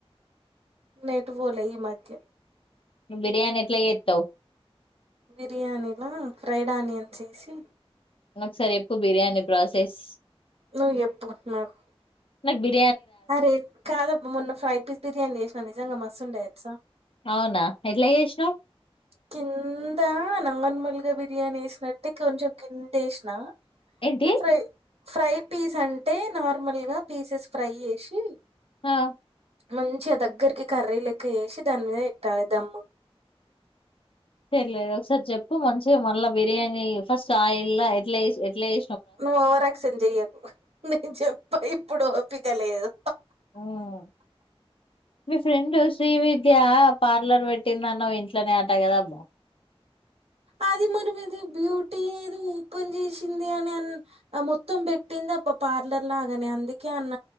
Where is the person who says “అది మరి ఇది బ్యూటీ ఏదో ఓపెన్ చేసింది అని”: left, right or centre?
Right